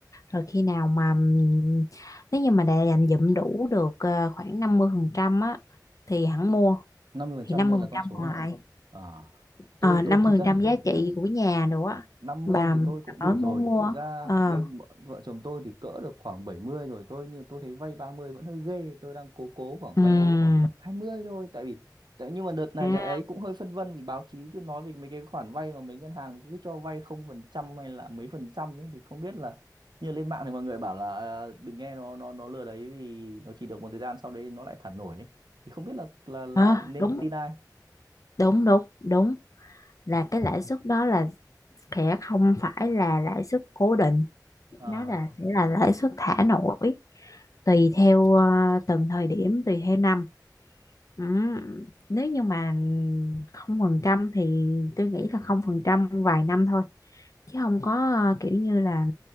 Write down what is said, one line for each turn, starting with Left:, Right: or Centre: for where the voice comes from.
Left: rồi khi nào mà ừm, nếu như mà đã dành dụm đủ được ờ, khoảng 50% á thì hẳn mua
Right: năm mươi phần
Left: thì
Right: trăm
Left: năm
Right: nên
Left: mươi
Right: là
Left: phần
Right: con
Left: trăm
Right: số
Left: còn
Right: à?
Left: lại
Right: Ờ. Tôi
Left: ờ, năm
Right: tôi
Left: mươi
Right: thực ra
Left: phần trăm
Right: thì
Left: giá trị của nhà nữa á,
Right: 50
Left: bà,
Right: thì tôi cũng
Left: bà
Right: đủ
Left: mới muốn
Right: rồi.
Left: mua
Right: Thực ra
Left: ờ
Right: bên vợ vợ chồng tôi thì cỡ được khoảng 70 rồi. Tôi như tôi thấy vay 30 vẫn hơi ghê. Tôi đang cố cố khoảng
Left: ừm.
Right: vay 20 thôi tại vì tại, nhưng mà đợt này
Left: À.
Right: là ấy cũng hơi phân vân vì báo chí cứ nói về mấy cái khoản vay mà mấy ngân hàng cứ cho vay không phần trăm hay là mấy phần trăm ấy thì không biết là như lên mạng thì mọi người bảo là ờ, đừng nghe nó nó nó lừa đấy vì nó chỉ được một thời gian sau đấy nó lại thả nổi ấy. Thì không biết là là là
Left: Ờ,
Right: nên
Left: đúng
Right: tin ai
Left: đúng đúng đúng là cái lãi suất đó là sẽ không phải là lãi suất cố định
Right: Ờ,
Left: nó là sẽ là lãi suất thả nổi tùy theo ờ, từng thời điểm tùy theo năm ừ. Nếu như mà không phần trăm thì tôi nghĩ là không phần trăm vài năm thôi chứ không có ờ, kiểu như là